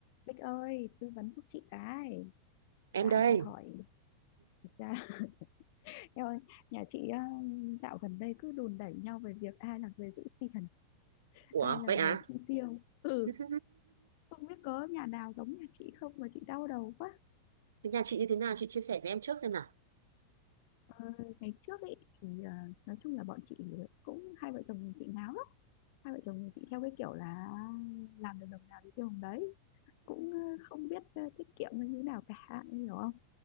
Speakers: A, on the left; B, on the right.
A: Bích ơi, tư vấn giúp chị cái.
B: em
A: Lại
B: đây
A: phải hỏi thực ra <laughs> em ơi, nhà chị ờ, dạo gần đây cứ đùn đẩy nhau về việc ai là người giữ tiền,
B: ủa
A: ai là
B: vậy
A: người
B: à
A: chi tiêu. Ừ,
B: <laughs>
A: không biết có nhà nào giống nhà chị không mà chị đau đầu quá.
B: thế nhà chị như thế nào chị chia sẻ với em trước xem nào
A: Ờ, ngày trước ấy thì ờ, nói chung là bọn chị cũng hai vợ chồng chị ngáo lắm, hai vợ chồng chị theo cái kiểu là làm được đồng nào thì tiêu đồng đấy, cũng ờ, không biết ờ, tiết kiệm hay như nào cả, em hiểu không?